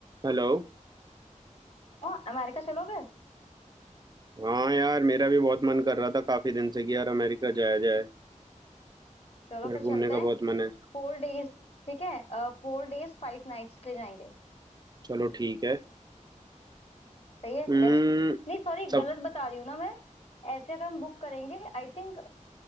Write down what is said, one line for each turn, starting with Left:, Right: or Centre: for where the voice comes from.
Right: Hello
Left: और अमेरिका चलोगे
Right: हाँ यार मेरा भी बहुत मन कर रहा था काफी दिन से कि यार अमेरिका जाया जाए
Left: चलो
Right: मेरा
Left: फिर
Right: घूमने
Left: चलते
Right: का
Left: हैं
Right: बहुत मन है
Left: Four days ठीक है फोर डेज फाइव नाइट्स के लिए जाएंगे
Right: चलो ठीक है
Left: सही है
Right: हम्म
Left: बेस्ट नहीं सॉरी
Right: सब
Left: गलत बता रही हूँ ना मैं ऐसे अगर हम बुक करेंगे आई थिंक